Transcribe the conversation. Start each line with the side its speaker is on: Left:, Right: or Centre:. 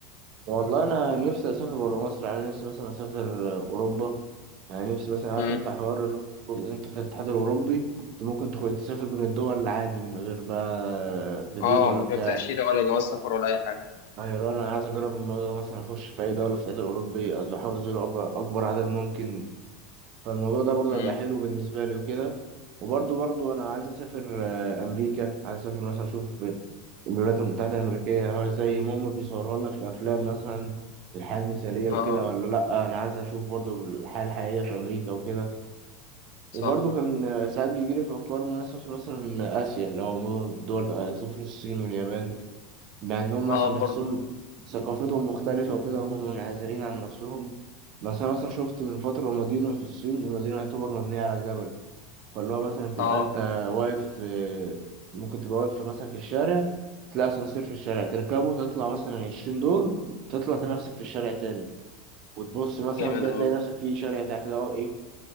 Right: والله انا نفسي اسافر بره مصر يعني نفسي مثلا اسافر آه، اوروبا يعني نفسي مثلا عارف
Left: امم
Right: انت حوار اللي هو انت في الاتحاد الاوروبي انت ممكن تخ- تسافر بين الدول عادي من غير بقى حدود
Left: اه
Right: ولا
Left: من
Right: بتاع
Left: غير تاشيره ولا جواز سفر ولا اي حاجه
Right: يعني لو انا عايز اجرب الموضوع ده مثلا اخش في اي دوله في الاتحاد الاوروبي أز- احاول ازور أب- اكبر عدد ممكن فالموضوع ده برضه
Left: امم
Right: هيبقى حلو بالنسبة لي وكده وبرضه برضه أنا عايز أسافر آه، أمريكا عايز أسافر مثلا أشوف الولايات المتحدة الأمريكية هل زي ما هما بيصوروا لنا في الأفلام مثلا الحياة المثالية
Left: اه
Right: وكده ولا لأ أنا عايز أشوف برضه الحياة الحقيقية في أمريكا وكده
Left: صح
Right: وبرضه كان آه، ساعات بيجيلي في أفكار إن أنا أسافر مثلا آسيا لو دول آه، أسافر الصين واليابان بأنهم
Left: اه
Right: مثلا بيحسهم
Left: برضو
Right: ثقافتهم مختلفة وكده هم منعزلين عن نفسهم بس أنا مثلا شفت من فترة مدينة في الصين المدينة يعتبر مبنية على جبل فاللي هو مثلا تبقى
Left: اه
Right: أنت واقف آه، ممكن تبقى واقف مثلا في الشارع تلاقي أسانسير في الشارع تركبه تطلع مثلا عشرين دور تطلع تلاقي نفسك في الشارع تاني وتبص مثلا
Left: جامد
Right: كده
Left: اوي
Right: تلاقي نفسك في شارع تحت ده هو إيه